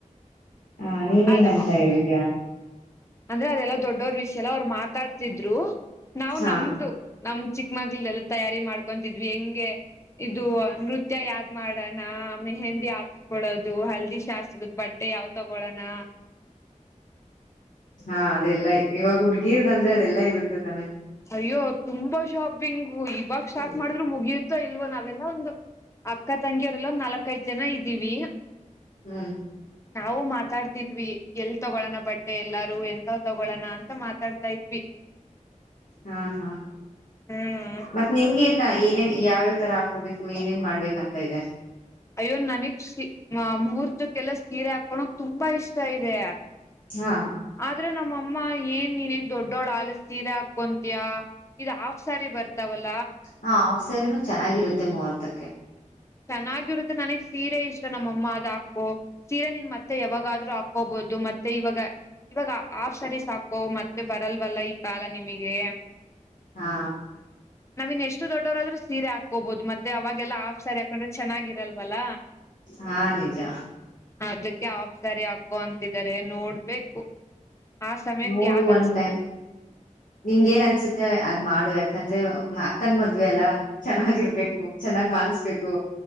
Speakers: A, on the left; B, on the left.
A: ಹ ನೀನೇನಂತ
B: ಅದ
A: ಹೇಳಿದ್ಯಾ
B: ಅಂದ್ರೆ ಅದೆಲ್ಲಾ ದೊಡ್ಡವ್ರ ವಿಷಯ ಎಲ್ಲ ಅವ್ರು ಮಾತಾಡ್ತಿದ್ರು ನಾವು
A: ಹಾ
B: ನಮ್ದು ನಮ್ ಚಿಕ್ಕಮಗ್ಳ ಎಲ್ಲ ತಯಾರಿ ಮಾಡ್ಕ ಕೊಂತಿದ್ವಿ ಹೆಂಗೆ ಇದು ನೃತ್ಯ ತ್ಯ ಯಾದ್ ಮಾಡೋಣ ಮೆಹಂದಿ ಹಾಕ್ಸ್ಕೊಳೋದು ಹಲ್ದಿ ಶಾಸ್ದ ಬಟ್ಟೆ ಯಾವ್ ತಗೊಳಣ <unintelligible>
A: ಹಾ ಅದೆಲ್ಲಾ ಇವಾಗ ಹುಡ್ಗೀರ್ದ್ದಂದ್ರೆ ಅದೆಲ್ಲಾ ಇರುತ್ತೆ ತಾನೆ
B: ಅಯ್ಯೋ ತುಂಬಾ ಶಾಪಿಂಗ ಇವಾಗ ಸ್ಟಾರ್ಟ್ ಮಾಡಿದ್ರು ಮುಗಿಯುತ್ತ ಇಲ್ವೋ ನಾವೆಲ್ಲ ಒಂದು ಅಕ್ಕ ತಂಗಿಯರೆಲ್ಲ ನಾಲ್ಕೈದ್ ಜನ ಇದ್ದೀವಿ
A: ಹ್ಮ್
B: ನಾವು ಮಾತಾಡ್ತವಿ ತಿದ್ವಿ ಎಲ್ ತಗೋಳಣ ಬಟ್ಟೆ ಎಲ್ಲಾರು ಎಂತಾವ್ ತಗೋಳೋಣ ಅಂತ ಮಾತಾಡ್ತಾ ಇದ್ವಿ
A: ಹಾ ಹಾ
B: ಹ್ಮ್
A: ಮತ್ತತ್ ನಿಮಗೆನ್ ಏನೇನ್ ಯಾವ್ಯಾವ ತರ ಹಾಕೋಬೇಕು ಏನೇನ್ ಮಾಡ್ಬೇಕಂತ ಇದೆ
B: ಅಯ್ಯೋನ್ ನನಗ್ ಸಿ ಮುಹೂರ್ತಕ್ಕೆಲ್ಲ ಸೀರೆ ಹಾಕೋಳಕ್ ತುಂಬಾ ಇಷ್ಟ ಇದೆ
A: ಹಾ
B: ಆದ್ರೆ ನಮ್ಮ ಅಮ್ಮ ಏನ್ ನೀನ್ೇನ್ ದೊಡ್ಡೋಳ ಆಲ ಸೀರೆ ಹಾಕೊಂತಿಯಾ ಇ ಹಾಫ್ ಸಾರಿ ಬರ್ತಾವಲ್ಲ
A: ಹ ಆಫ ಸ್ಯಾರಿನೂ ಚೆನ್ನಾಗಿರುತ್ತೆ ಮೂವರ್ತಕ್ಕೆ
B: ಚೆನ್ನಾಗಿರುತ್ತೆ ನನಗ್ ಸೀರೆ ಇಷ್ಟ ನಮ್ಮಅಮ್ಮ ಅದ ಹಾಕು ಸೀರೆ ನಿನ್ ಮತ್ತೆ ಯಾವಾಗಾದ್ೂ ಹಾಕೋಬಹುದು ಮತ್ತೆ ಇವಾಗ ಇವಾಗ ಹಾಫ್ ಸ್ಯಾರಿ ಸಾಕು ಮತ್ತೆ ಬರಲ್ವಲ್ಲ ಈ ಕಾಲ ನಿಮಗೆ
A: ಹಾ
B: ನಾವ್ ಇನ್ ಎಷ್ಟು ದೊಡ್ಡವರಾದ್ರರು ಸೀರೆ ಹಾಕೋಬಹುದು ಮತ್ತೆ ಅವಾಗೆಲ್ಲ ಸಾರಿ ಹಾಕೊಂಡ್ರೆ ಚೆನ್ನಾಗಿರಲ್ವಲ್ಲ
A: ಹಾ ನಿಜ
B: ಅದಕ್ಕೆ ಆಫ್ ಸ್ಯಾರಿ ಹಕೋ ಅಂತಿದಿದ್ದಾರೆ ನೋಡ್ಬೇಕು ಆ ಸಮಯಕ್ಕೆ
A: ನೋಡು
B: ಯಾವ್ದ್
A: ಒನ್
B: ಅನ್ಸಿದ್ರೆ
A: ಟೈಮ್ ನಿಂಗ
B: ಹ್ಮ್
A: ಏನ್ ಅನ್ಸುತ್ತೆ ಅದ್ ಮಾಡು ಯಾಕಂದ್ರೆ ಕ್ಕಾನ್ ಮದ್ವೆ ಅಲ್ಲಾ ಇರ್ಬೇಕು ಚೆನ್ನಾಗ್ ಕಾಣ್ಬೇಕು